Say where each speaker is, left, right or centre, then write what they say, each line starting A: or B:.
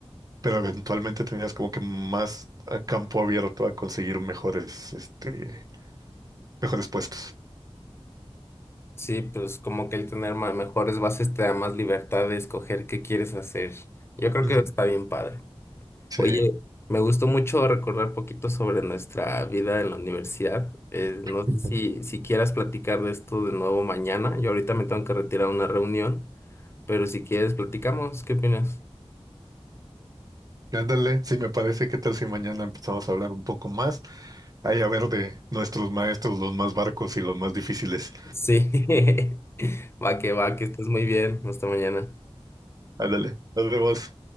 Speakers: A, on the right; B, on the left.
A: pero eventualmente tenías como que más eh, campo abierto a conseguir mejores, este, mejores puestos.
B: Sí, pues como que el tener ma- mejores bases te da más libertad de escoger qué quieres hacer. Yo creo
A: Ujú.
B: que está bien padre.
A: Sí.
B: Oye, me gustó mucho recordar poquito sobre nuestra vida en la universidad. Eh, no sé
A: Ujú.
B: si, si quieras platicar de esto de nuevo mañana. Yo ahorita me tengo que retirar a una reunión. Pero si quieres, platicamos. ¿Qué opinas?
A: Ándale, sí me parece, ¿qué tal si mañana empezamos a hablar un poco más? Ahí a ver de nuestros maestros, los más barcos y los más difíciles.
B: Sí, <laughs> Va que va, que estés muy bien. Hasta mañana.
A: Ándale, nos vemos.